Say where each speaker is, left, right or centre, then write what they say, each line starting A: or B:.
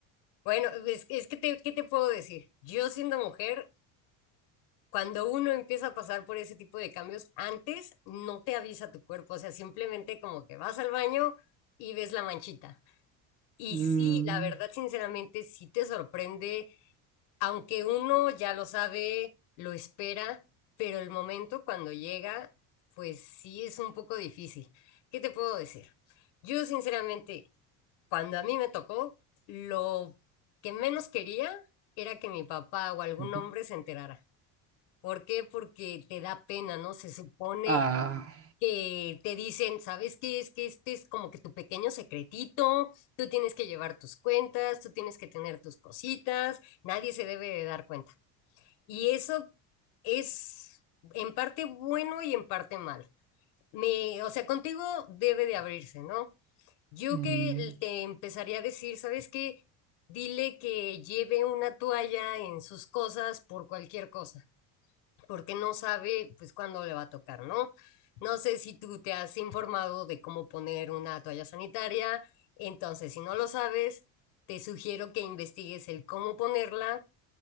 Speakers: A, on the left; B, on the right.
A: Bueno, es, es que te, ¿qué te puedo decir? Yo siendo mujer, cuando uno empieza a pasar por ese tipo de cambios, antes no te avisa tu cuerpo, o sea, simplemente como que vas al baño y ves la manchita. Y
B: Mm,
A: sí, la verdad, sinceramente, sí te sorprende, aunque uno ya lo sabe, lo espera, pero el momento cuando llega, pues sí es un poco difícil. ¿Qué te puedo decir? Yo, sinceramente, cuando a mí me tocó, lo que menos quería era que mi papá o algún
B: ujú.
A: hombre se enterara. ¿Por qué? Porque te da pena, ¿no? Se supone
B: Ah,
A: que te dicen, ¿sabes qué? Es que este es como que tu pequeño secretito, tú tienes que llevar tus cuentas, tú tienes que tener tus cositas, nadie se debe de dar cuenta. Y eso es en parte bueno y en parte mal. Me, o sea, contigo debe de abrirse, ¿no? Yo
B: mm,
A: que te empezaría a decir, ¿sabes qué? Dile que lleve una toalla en sus cosas por cualquier cosa porque no sabe pues cuándo le va a tocar, ¿no? No sé si tú te has informado de cómo poner una toalla sanitaria, entonces si no lo sabes, te sugiero que investigues el cómo ponerla